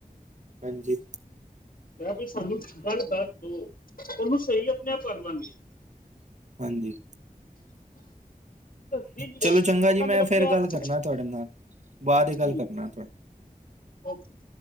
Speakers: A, on the right (about 50°); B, on the left (about 70°).
A: ਹਾਂਜੀ
B: ਵੀ ਸਾਨੂੰ ਗੱਲ ਦੱਸ ਦੋ ਉਹਨੂੰ ਸਹੀ ਆਪਣੇ ਆਪ ਕਾਰ ਲਾਗੇ।
A: ਹਾਂਜੀ
B: ਦੱਸਦੀ ਨੀ
A: ਚਲੋ ਚੰਗਾ
B: ਉਹ
A: ਜੀ
B: ਕਹਿੰਦੇ
A: ਮੈਂ
B: ਨੇ ਆਪਣੇ
A: ਫਿਰ
B: ਆਪ
A: ਗੱਲ ਕਰਨਾ ਤੁਹਾਡੇ ਨਾਲ ਬਾਅਦ ਹੀ ਗੱਲ
B: ਠੀਕ
A: ਕਰਨਾ
B: ਓਕੇ।